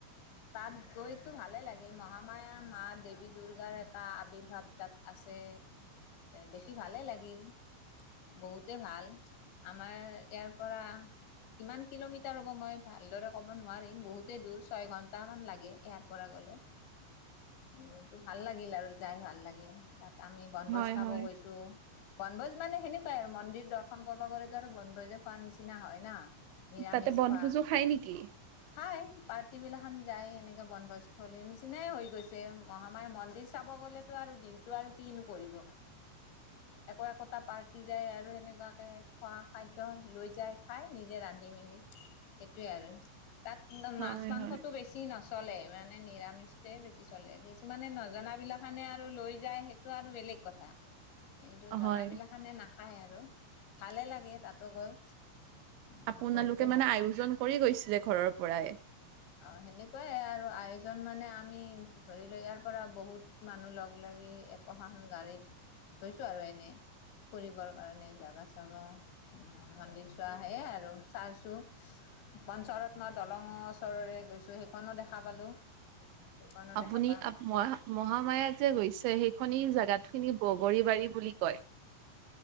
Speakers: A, on the left (about 75°); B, on the right (about 80°).
A: তাত গৈতো ভালে লাগিল মহামায়া মা দেৱী দুৰ্গাৰ এটা আৱিৰ্ভাৱ তাত আছে দেখি ভালেই লাগিল বহুতে ভাল আমাৰ ইয়াৰ পৰা কিমান কিলোমিটাৰ হ'ব মই ভালদৰে ক'ব নোৱাৰিম বহুতেই দূৰ ছয় ঘন্টা সটামান লাগে ইয়াৰ পৰা গ'লে কিন্তু ভাল লাগিল আৰু যাই ভাল লাগিল তাত আমি বনভোজ
B: হয়
A: খাব
B: হয়
A: গৈছো বনভোজ মানে সেনেকুৱাই আৰু মন্দিৰ দৰ্শন কৰিব গতো আৰু বনভোজ যে খোৱাৰ নিচিনা হয় না নিৰামিষ
B: তাতে বনভোজো
A: খোৱা
B: খাই নেকি
A: খাই পাৰ্টি বিলাখান যাই এনেকে বন্ধস্থলীৰ নিচিনাই হৈ গৈছে মহামায় মন্দিৰ চাব গ'লেতো আৰু দিনতটো আৰু কি কিনো কৰিব একো একোটা পাৰ্টি যায় আৰু সেনেকুৱাকে খোৱা খাদ্য লৈ যাই খাই নিজে ৰান্ধি মেলি সেইটোৱে আৰু তাত
B: হয়
A: মাছ মাংসটো
B: হয়
A: বেছি নচলে মানে নিৰামিষয়ে বেছি চলে কিছুমানে নজানাবিলাখানে আৰু লৈ যায় সেইটো আৰু বেলেগ কথা কিন্তু জনাবিলাখানে
B: হয়
A: নাখায় আৰু ভালে লাগে তাতো গৈ মানে
B: আপোনালোকে
A: বহুতে
B: মানে
A: ভাল
B: আয়োজন কৰি গৈছিলে ঘৰৰ পৰাই
A: অ সেনেকুৱাই আৰু আয়োজন মানে আমি ধৰি লও ইয়াৰ পৰা বহুত মানুহ লগ লাগি একোখন গাড়ীত ধৈছো আৰু এনে ফুৰিবৰ কাৰণে জাগা চাবা মন্দিৰ চোৱা সেয়ে আৰু চাইছো পঞ্চৰৰত্ন দলং ওচৰৰে গৈছোঁ সেইখনো দেখা পালোঁ সেইখনো
B: আপুনি
A: দেখা পাওঁ
B: মহ মহামায়া যে গৈছে সেইখনি জোগাত খিনি বগৰী বুলি কয়